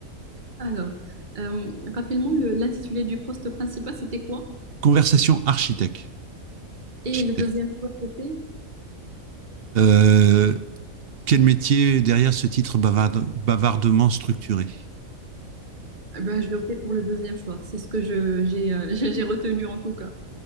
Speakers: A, on the right; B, on the right.
A: Alors, euh, rapidement, le- l'intitulé du poste principal, c'était quoi?
B: Conversation architecte. architecte.
A: Et le deuxième choix, c'était?
B: Euh, quel métier derrière ce titre bavard- bavardement structuré
A: Eh Ben, je vais opter pour le deuxième choix. C'est ce que je, j'ai, euh, <laughs> j'ai j'ai retenu en tout cas.